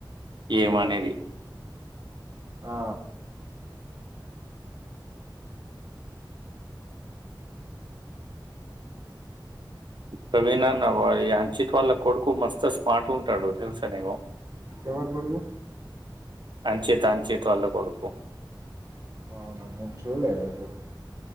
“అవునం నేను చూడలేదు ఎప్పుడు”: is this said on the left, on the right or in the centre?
Right